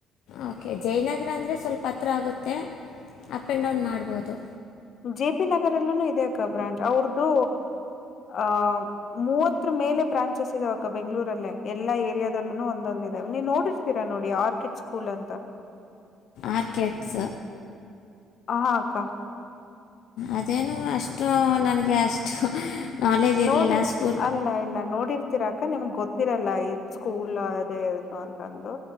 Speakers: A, on the left; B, on the left.
A: ಓಕೆ ಜಯನಗರ ಅಂದ್ರೆ ಸ್ವಲ್ಪ ಹತ್ರ ಆಗುತ್ತೆ ಅಪ್ ಆ್ಯಂಡ್ ಡೌನ್ ಮಾಡ್ಬೋದು
B: ಜೆ ಪಿ ನಗರಲ್ಲೂ ಇದೆ ಅಕ್ಕ ಬ್ರಾಂಚ್ ಅವ್ರ್ದು ಅಹ ಮೂವತ್ತರ ಮೇಲೆ ಬ್ರಾಂಚಸ್ ಇದಾವಕ್ಕ ಬೆಂಗ್ಗಳೂರಲ್ಲೇ ಎಲ್ಲಾ ಏರಿಯಾದಲ್ಲೂ ಒಂದೊಂದ ಇದೆ ನೀ ನೋಡಿರ್ತೀರಾ ನೋಡಿ ಆರ್ಕಿಡ್ ಸ್ಕೂಲ್ ಅಂತ
A: ಆರ್ಕೆಡ್ಸ್
B: ಹ ಅಕ್ಕಾ
A: ಅದೇನು ಅಷ್ಟು ನನಗೆ ಅಷ್ಟು ನಾಲೆಜ್ ಇರಲಿಲ್ಲ
B: ನೋಡಿರ್ತಿರ
A: ಸ್ಕೂಲ್
B: ಅಲ್ಲ ಇಲ್ಲ ನೋಡಿರ್ತಿರಾ ಅಕ್ಕಾ ನಿಮ್ಗ್ ಗೊತ್ತಿರತೆ ಸ್ಕೂಲ್ ಅದೇ ಇ ಅಂತಂದು